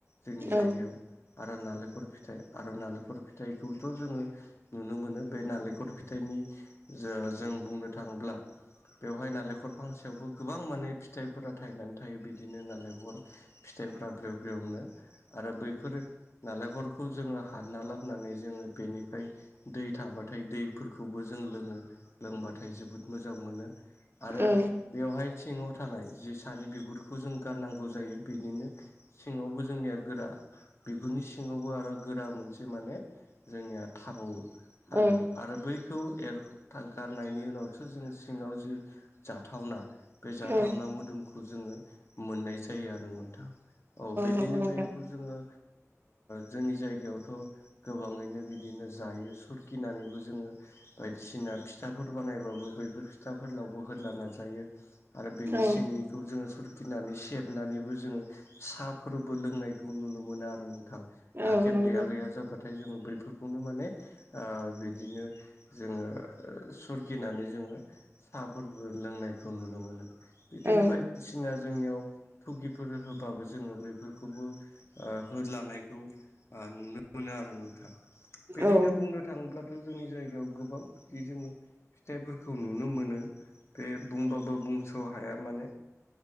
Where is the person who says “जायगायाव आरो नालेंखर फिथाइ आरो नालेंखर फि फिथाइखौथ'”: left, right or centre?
Left